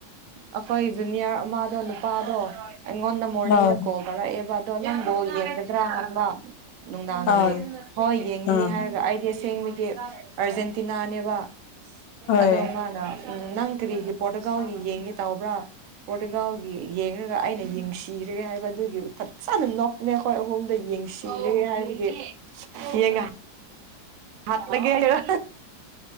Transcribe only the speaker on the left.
ꯑꯥ
ꯑꯥ
ꯎꯝ
ꯍꯣꯏ